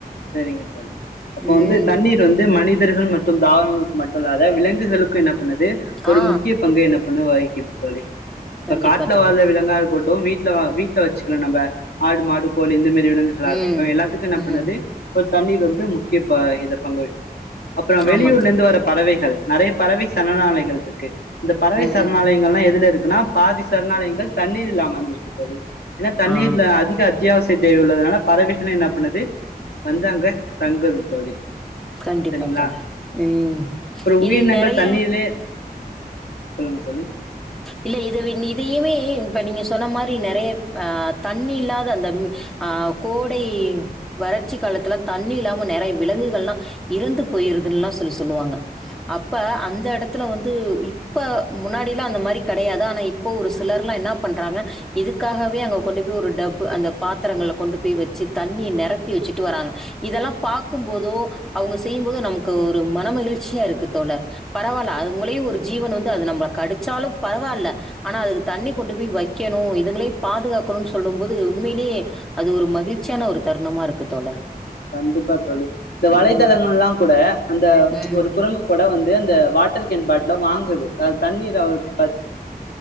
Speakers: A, on the left (about 80°); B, in the centre.
A: சேரிங்க தோழி அப்போ
B: ம்.
A: வந்து தண்ணீர் வந்து மனிதர்கள் மட் டும் தாவரங்களுக்கு மட்டும் இல்லாத விலங்குகளுக்கு என்ன பண்ணுது ஒரு
B: ஆ
A: முக்கிய பங்கு என்னப் <unintelligible> வகிக்குது தோழி இப்ப
B: கண்டிப்பா
A: காட்டுல
B: தோழர்.
A: வாழ்ற விலங்கா இருக்கட்டு வீட்ல வீட்ல வச்சுக்கிறோ நம்ப ஆடு மாடு கோழி இந்த மாரி விலங்குகளா இருக்கட்டு
B: ம்.
A: எல்லாத்துக்கு என்ன
B: ம்.
A: பண்ணது ஒரு தண்ணீர் வந்து முக்கிய ப இத பங்க வகிக்கி அப்பறம் வெளியூர்ல
B: ஆமா தோழர்.
A: இருந்து வர பறவைகள் நெறையா பறவை சரணாலைகள் இருக்கு இந்த பறவை
B: ம்.
A: சரணாலயங்கள்லா எதுல இருக்குன்னா பாதி சரணாலயங்கள் தண்ணீர்ல்ல அமஞ்சிருக்கு தோழி ஏன்னா தண்ணீர்ல
B: ஆ.
A: அதிக அத்தியாவசிய தேவை உள்ளதனால பறவைகள என்ன பண்ணுது வந்து அங்க தங்குது தோழி
B: கண்டிப்பா
A: செரிங்களா
B: தோழர். ம்.
A: ஒரு உயிரினங்கள்
B: இதை நெறைய
A: தண்ணீரிலே சொல்லுங்க தோழி
B: இல்ல இது இதையுமே இப்ப நீங்க சொன்ன மாரி நெறைய ஆ தண்ணி இல்லாத அந்த ஆ கோடை வறட்சி காலத்துல தண்ணி இல்லாம நெறைய விலங்குகள் எல்லா இறந்து போயிருதுன்னல்லா சொல்லி சொல்லுவாங்க அப்ப அந்த எடத்துல வந்து இப்ப முன்னா டில்லா அந்த மாரி கெடையாது ஆனா இப்போ ஒரு சிலர்ல்லா என்ன பண்றாங்க இதுக்காகவே அங்க கொண்டு போய் ஒரு டப் அந்த பாத்தரங்கள கொண்டு போய் வச்சு தண்ணிய நெரப்பி வச்சுட்டு வராங்க இதெல்லா பாக்கும் போதோ அவுங்க செய்யும் போதோ நமக்கு ஒரு மனமகிழ்ச்சியா இருக்கு தோழர் பரவால்ல அதுங்களயு ஒரு ஜீவன் வந்து அது நம்மள கடிச்சாலு பரவால்ல ஆனா அதுக்கு தண்ணி கொண்டு போய் வைக்கணு இதுங்களையு பாதுகாக்கணுன்னு சொல்லும் போது உண்மையிலேயே அது ஒரு மகிழ்ச்சியான ஒரு தருணமா இருக்கு தோழர்
A: கண்டிப்பா தோழி இந்த வலைத்தளங்கள்லா
B: ம்.
A: கூட அந்த
B: ம்.
A: ஒரு குரங்கு கூட வந்து அந்த வாட்டர் கேன் பாட்டில வாங்குது ஆ தண்ணீர் காங்கோ எடுக் பஸ்